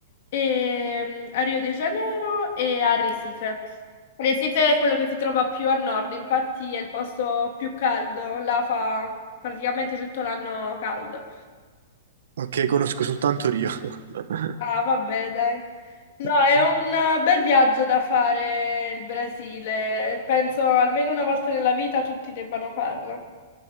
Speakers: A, on the left; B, on the right.
A: e mh, a Rio de Janeiro e a Recife. Recife è quello che si trova più a nord, infatti è il posto più caldo, là fa praticamente tutto l'anno caldo.
B: Ok, conosco soltanto Rio. <laughs>
A: Ah, vabbè, dai. No,
B: Sì,
A: è un eh, bel viaggio da fare il Brasile. Penso almeno una volta nella vita tutti debbano farlo.